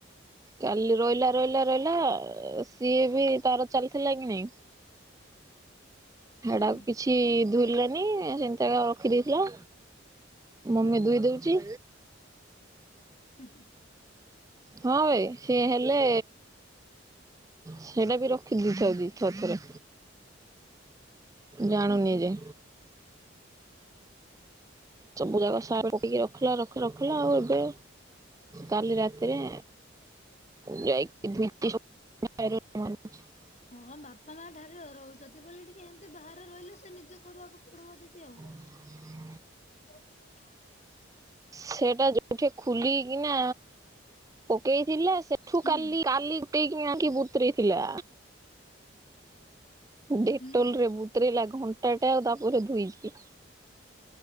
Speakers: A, on the right (about 15°); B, on the left (about 35°).
A: କାଲି ଇଇଲା ରଇଲା ରଇଲା ସିଏ ବି ତାର ଚାଲିଥିଲା କି ନାଇଁ।
B: ହୁଁ
A: ହାଡାକୁ କିଛି ଧୋଇିଲାନି ସେନ୍ତାା ରଖିଦେଇଥିଲା ମମି ଧୋଇ ଦଉଛି।
B: ହୁଁ।
A: ହଁ ଭାଇ ସି ହେଲେ ସେଇଟା ବି ରଖିଦଥାଉ ଦି ଥରେ ଥରେ। ଜାଣୁନି
B: ହୁଁ ହୁଁ।
A: ଯେ। ସବୁ ଜାଗ ସାର ପକକି ରଖିଲା ରଖ ରଖିଲା ଆଉ ଏବେ କାଲି ରାତିରେ।
B: <unintelligible>
A: ଯାଇକି ଭେଟିବ ପ୍ୟାରେଟ୍‌ ମାନକୁ ଯେକ।
B: ହଁ ବାପା ମା ଠାରୁ ରହୁଚନ୍ତି ବୋଲି ଟିକେ ଏମିତି ବାହାରେ ରହିଲେ ସେ ନିଜ କରିବାକୁ ପଡିବ ଦିଦି ଆଉ
A: <inaudible>
B: <inaudible>
A: ସେଟା ଯୋଉଠି ଖୋଲିକିନା ପକେଇଥିଲା ସେ ଠୁ
B: ହୁଁ
A: କାଲି କାଲିଟକି ଆକି ବତରେଥିଲା। ଡେଟଲ୍
B: ମା
A: ରେ ବୁତରେଲା ଘଣ୍ଟା ଟେ ଆଉ ତାପରେ ଧୁଇଚି।